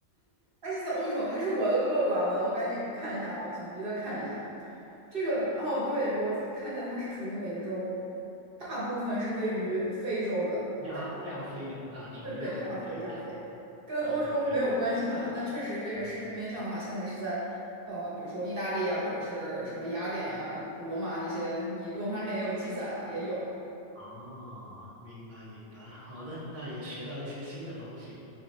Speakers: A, on the right; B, on the right.
A: 埃及在欧洲还是我的孤陋寡闻，我赶紧看一下啊，紧急的看一下这个哦，对，我看一下它是属于哪个州，大部分是位于非洲的，
B: 亚亚非两大洲，
A: 大部分，对对，
B: 亚对亚，
A: 亚非亚非，跟欧洲没有关系哈，
B: 对对对，
A: 但确实这个狮身人面像的话，
B: 嗯，
A: 现在是在呃，比如说意大利啊，或者是什么雅典啊、古罗马那些，你文化里面也有记载了，也有。
B: 哦，明白明白，好的，那也学到一些新的东西。